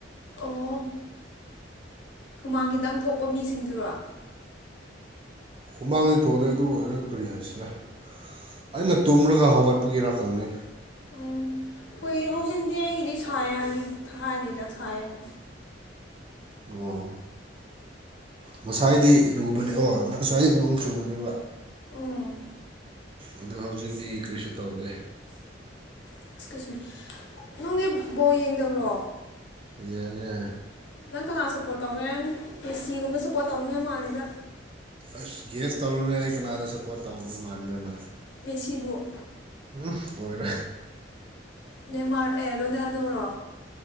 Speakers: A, on the left; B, on the right.
A: ꯑꯣ ꯍꯨꯃꯥꯡ ꯈꯤꯇꯪ ꯊꯣꯛꯄ ꯃꯤꯁꯤꯡꯗꯨꯔꯣ
B: ꯍꯨꯃꯥꯡꯗꯤ ꯊꯣꯛꯗꯦ ꯑꯗꯨꯕꯨ ꯑꯩ ꯀꯔꯤ ꯍꯥꯏꯁꯤꯔ ꯑꯩꯅ ꯇꯨꯝꯔꯒ ꯍꯧꯒꯠꯄꯒꯤꯔꯥ ꯈꯪꯗꯦ
A: ꯎꯝ ꯍꯨꯏꯌꯦ ꯍꯧꯖꯤꯛꯇꯤ ꯑꯩꯒꯤꯗꯤ ꯁꯥꯏꯌꯦ ꯍꯥꯏꯗꯤ ꯍꯥꯏꯗꯤꯗ ꯁꯥꯏꯌꯦꯅ
B: ꯑꯣ ꯉꯁꯥꯏꯗꯤ ꯏꯔꯨꯕꯅꯤ ꯑꯣ ꯉꯁꯥꯏꯗꯤ ꯅꯣꯡ ꯆꯨꯕꯅꯦꯕ
A: ꯎꯝ
B: ꯑꯗꯨ ꯍꯧꯖꯤꯛꯇꯤ ꯀꯔꯤꯁꯨ ꯇꯧꯗꯦ
A: <unintelligible> ꯅꯪꯒꯤ ꯕꯣ ꯌꯦꯡꯗꯕ꯭ꯔꯣ
B: ꯌꯦꯡꯉꯦ
A: ꯅꯪ ꯀꯅꯥ ꯁꯞꯄꯣꯔꯠ ꯇꯧꯔꯦ ꯃꯤꯁꯤꯒꯨꯝꯕꯅ ꯁꯞꯄꯣꯔꯠ ꯇꯧꯅꯤꯡꯉꯥꯏ ꯃꯥꯜꯂꯤꯗ
B: ꯑꯁ ꯒꯦꯁ ꯇꯧꯔꯨꯅꯦ ꯑꯩ ꯀꯅꯥꯗ ꯁꯞꯄꯣꯠ ꯇꯧꯕ ꯃꯥꯟꯕ꯭ꯔꯥꯅ
A: ꯃꯦꯁꯤꯕꯨꯨ
B: ꯎꯝ ꯑꯣꯏꯔꯥ
A: ꯅꯦꯃꯥꯔ ꯑꯦ ꯔꯣꯅꯦꯜꯗꯣꯔꯣ